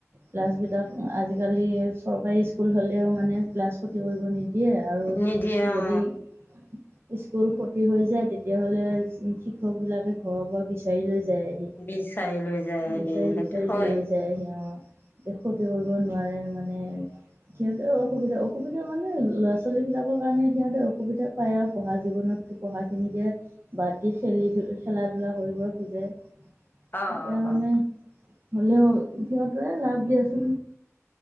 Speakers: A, on the right (about 50°); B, on the left (about 40°).
A: ক্লাছবিতাক আজিকালি চৰকাৰী স্কুল হ'লেও মানে ক্লাছ ক্ষতি কৰিব নি দিয়ে আৰু
B: নিদিয়ে
A: যদি।
B: অ
A: <inaudible> স্কুল ক্ষতি হৈ যায় তেতিয়াহ'লে শিক্ষক বিলাকে ঘৰৰ পৰা বিচাৰি লৈ যায়। আহি
B: বিচাৰি লৈ যায়
A: বিচাৰি
B: আহি সেইটো
A: বিচাৰি
B: হয়
A: লৈ যায় হি অ। ক্ষতি কৰিব নোৱাৰে মানে সিহঁতে অসুবিধা অসুবিধা মানে ল'ৰা ছোৱালী বিলাকৰ কাৰণে সিহঁতে অসুবিধা পায় আৰু পঢ়া জীৱনত পঢ়াখিনিকে বাদ দি খেলি খেলা ধূলা কৰিব খোজে
B: অঁ
A: এতিয়া
B: অঁ
A: মানে
B: অঁ।
A: হ'লেও সিহঁতে লাভ দিয়াচোন।